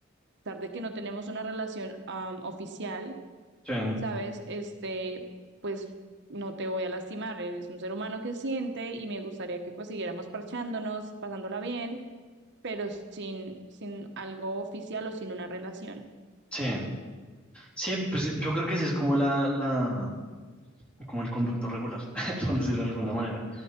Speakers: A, on the right; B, in the centre.
A: a pesar de que no tenemos una relación um, oficial,
B: sí,
A: sabes, este, pues no te voy a lastimar, eres un ser humano que siente y me gustaría que pues siguiéramos parchándonos, pasándola bien, pero sin, sin algo oficial o sin una relación.
B: sí. Sí, pues yo creo que esa es como la, la, como el conducto regular, <laughs> por decirlo de alguna manera,